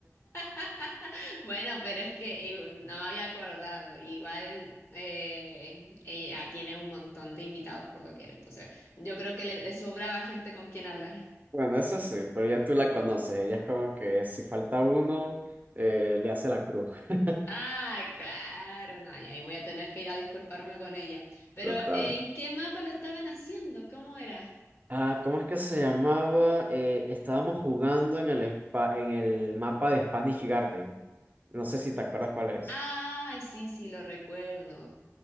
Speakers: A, on the left (about 50°); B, on the right (about 30°).
A: <laughs> Bueno, pero es que eh, no me había acordado. Igual eh, ella tiene un montón de invitados por doquier, entonces yo creo que le, le sobraba gente con quien hablar.
B: Bueno, eso sí, pero ya tú la conoces, ella es como que si falta uno, eh, le hace la cruz. <laughs>
A: Ah, claro, no, y ahí voy a tener que ir a disculparme con ella. Pero,
B: Total.
A: ¿en qué mapa lo estaban haciendo? ¿Cómo era?
B: Ah, ¿cómo es que se llamaba? Eh, estábamos jugando en el spa- en el mapa de Spanish Garden. No sé si te acuerdas cuál es.
A: Ay, sí, sí, lo recuerdo.